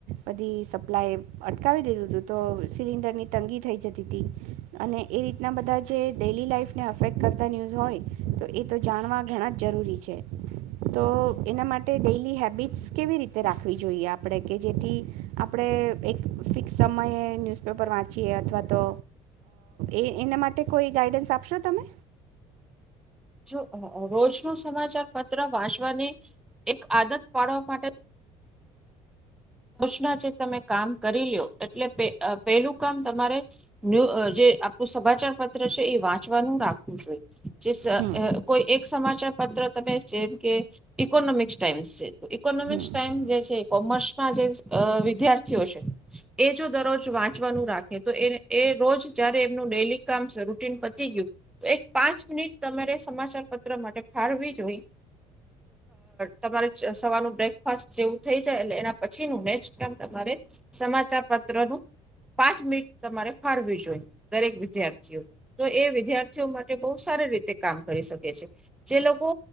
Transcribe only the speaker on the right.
બધી સપ્લાય અટકાવી દીધું હતું, તો સિલિન્ડરની તંગી થઈ જતી હતી. અને એ રીતના બધા જે ડેલી લાઈફને અફેક્ટ કરતા ન્યૂઝ હોય તો એ તો જાણવા ઘણા. જરૂરી છે, તો એના માટે ડેલી હેબિટ્સ કેવી રીતે રાખવી જોઈએ આપણે કે જેથી આપણે એક ફિક્સ સમયે ન્યૂઝપેપર વાંચીએ? અથવા તો એ એના માટે કોઈ ગાઈડન્સ આપશો તમે?
હમ
હમ